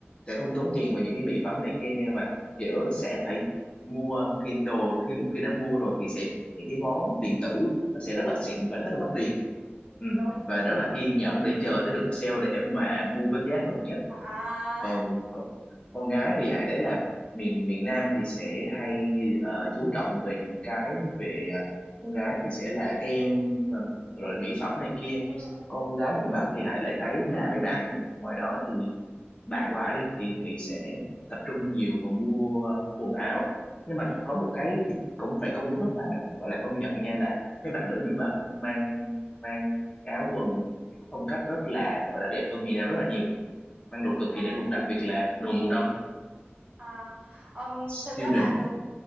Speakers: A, on the left; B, on the right.
A: sẽ không
B: Ừ.
A: tốn tiền vào những cái mỹ phẩm này kia nhưng mà kiểu sẽ phải mua khi đồ khi một khi đã mua rồi thì sẽ những cái món điện tử nó sẽ
B: Ừ.
A: rất là xịn và rất là mất tiền
B: ừ.
A: ừ.
B: đúng đúng
A: và rất là kiên nhẫn để chờ tới được sale để mà mua với giá hời nhất
B: à
A: còn
B: à.
A: con con gái thì Hải thấy là miền miền Nam thì sẽ hay ờ, chú trọng về những cái về ờ, con gái thì sẽ là kem ờ, rồi mỹ phẩm
B: À.
A: này kia
B: ừ ừ
A: con gái miền Bắc thì Hải lại thấy là mấy bạn ngoài đó thì bạn của Hải đi thì thì sẽ tập trung nhiều vào mua quần áo nhưng mà
B: ừ
A: có một cái cũng phải công rất là gọi là công nhận nha là mấy bạn nữ miền Bắc mang mang áo quần phong cách rất là gọi là đẹp hơn miền Nam rất là nhiều ăn đồ cực kỳ
B: Ồ.
A: đẹp luôn đặc biệt là đồ mùa đông
B: à ừm,
A: siêu
B: thực ra
A: đỉnh
B: là Tường